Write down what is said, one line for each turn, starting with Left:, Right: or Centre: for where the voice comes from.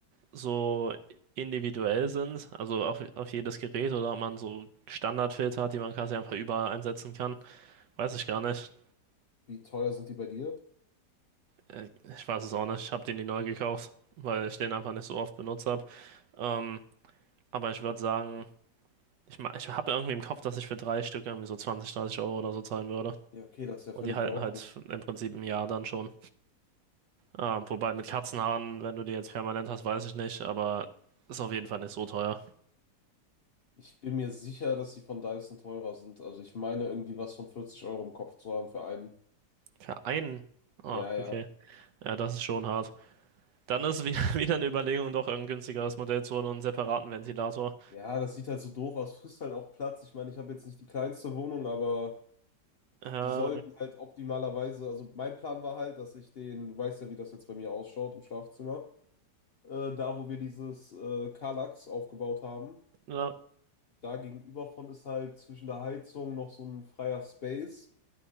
Right: so individuell sind, also auf, auf jedes Gerät oder ob man so Standardfilter hat, die man quasi einfach überall einsetzen kann. Weiß ich gar nicht.
Left: Wie teuer sind die bei dir?
Right: Äh, Ich weiß es auch nicht. Ich habe den nie neu gekauft, weil ich den einfach nicht so oft benutzt habe. Ähm, aber ich würde sagen, ich, ma- ich habe irgendwie im Kopf, dass ich für drei Stück irgendwie so 20, 30 Euro oder so zahlen würde.
Left: Ja, okay, das ist ja
Right: Und
Left: völlig
Right: die halten
Left: in Ordnung.
Right: halt im Prinzip ein Jahr dann schon. Ähm, wobei mit Katzenhaaren, wenn du die jetzt permanent hast, weiß ich nicht, aber ist auf jeden Fall nicht so teuer.
Left: Ich bin mir sicher, dass die von Dyson teurer sind. Also ich meine irgendwie was von 40 Euro im Kopf zu haben für einen.
Right: Für einen? Ah,
Left: Ja, ja.
Right: okay. Ja, das ist schon hart. Dann ist wieder, <laughs> wieder eine Überlegung, doch ein günstigeres Modell zu holen und einen separaten Ventilator.
Left: Ja, das sieht halt so doof aus, frisst halt auch Platz. Ich meine, ich habe jetzt nicht die kleinste Wohnung, aber
Right: Äh, ja,
Left: Die sollten halt optimalerweise, also mein Plan war halt, dass ich den, du weißt ja, wie das jetzt bei mir ausschaut im Schlafzimmer, äh, da wo wir dieses äh, Kallax aufgebaut haben,
Right: ja.
Left: da gegenüber von ist halt zwischen der Heizung noch so ein freier Space